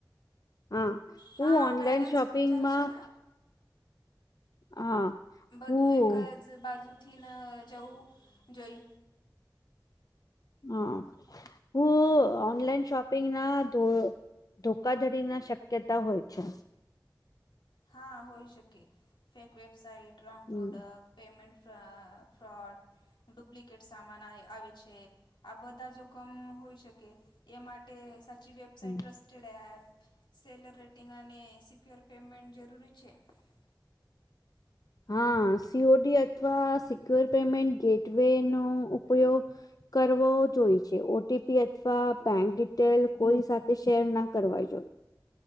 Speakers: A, on the left (about 50°); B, on the left (about 85°).
A: હા,
B: હા
A: હું ઓનલાઈન
B: બેલેન્સ્ડ
A: શોપિંગમાં.
B: વિચાર છે ને
A: હા.
B: બધું
A: હું
B: એક જ બાજુથી ન જવું જોઈ.
A: હા. હ, ઓનલાઈન શોપિંગ ના ધો ધોકાધડી ના શક્યતા હોય છે.
B: હા, હોઈ શકે, ફેક, વેબસાઇટ, રોંગ
A: હમ
B: પ્રોડક્ટ. પેમેન્ટ ફ્રોડ ડુપ્લિકેટ સામાન આઈ આવે છે. આ બધા જોખમ હોઈ શકે, એ માટે સાચી વેબસાાઈટ
A: હમ
B: ટ્રસ્ટ ડપ સેલર રેટિંગ અને સિક્યોર પેમેન્ટ જરૂરી છે. <unintelligible>
A: હા, સીઓડી અથવા સિક્યોર પેમેન્ટ ગેટવેેનો ઉપયોગ. કરવો જોઈ છે, ઓ ટપી અથવા બેંક ડિટેલ કોઈ સાથે શેર ના કરવા જોઈએ.